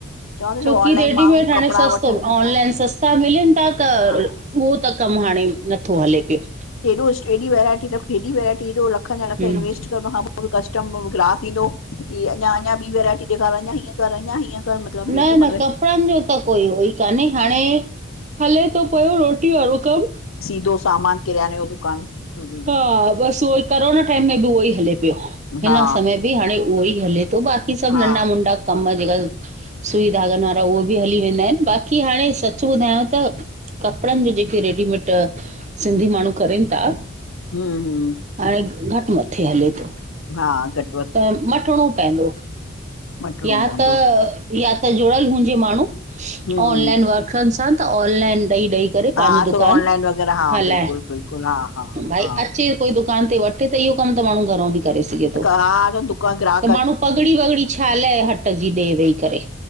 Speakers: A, on the left; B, on the right.
A: चवंदसि
B: छोकी
A: ऑनलाइन
B: रेडीमेड
A: माण्हू
B: हाणे
A: कपिड़ा
B: सस्तो
A: वठनि
B: ऑनलाइन सस् ता मिलनि ता, त
A: हा
B: उहो त कमु हाणे नथो हले पियो।
A: हेॾो स्टृएस, हेॾी वैरायटी रख हेॾी वैरायटी हेॾो लखन जा लख
B: हम्म
A: इन्वेस्ट कर हुन खां पो कस्टम ग्राहक ईंदो की अञा अञा ॿी वैरायटी ॾेखार, अञा हीअं कर अञा हीअं कर मतिलबु हेॾी
B: न-न
A: मगज
B: कपड़नि जो त कोई हो ई कान्हे हाणे हले तो पयो रोटी वारो कमु।
A: सीधो सामान, किरयाने जो दुकान। हम्म हम्म
B: हा बसि उहो ई कोरोना टाइम में बि उहो ई हले पियो। हिन
A: हा
B: समय बि हाणे उहोई हले तो बाक़ी सभु
A: हा
B: नंढा, मुंडा कम जेका सुई धागनि वारा उहे बि हली वेंदा आहिन। बाक़ी हाणे सच ॿुधायां त कपिड़नि जे जेके रेडीमेट सिंधी माण्हूं करेन ता
A: हं हं
B: हाणे घटि मथे हले थो।
A: हा घट।
B: त मटिणो पयंदो
A: मटिणो
B: या
A: पवंदो
B: त या त जुड़ियल हुंजे माण्हूं,
A: हम्म
B: ऑनलाइन वर्कनि सां त, ऑनलाइन ॾई ॾई करे
A: हा
B: पांजो
A: थोरो
B: दुकान
A: ऑनलाइन वग़ैरह हा
B: हलाए,
A: बिल्कुलु बिल्कुलु हा हा
B: भाई
A: हा
B: अची कोई दुकान ते वठे त इहो कमु त माण्हूं घरउं में बि करे सघे तो।
A: सार दुक ग्र <unintelligible>
B: त माण्हूं पगड़ी, वगड़ी छालाए हट जी ॾे वेही करे।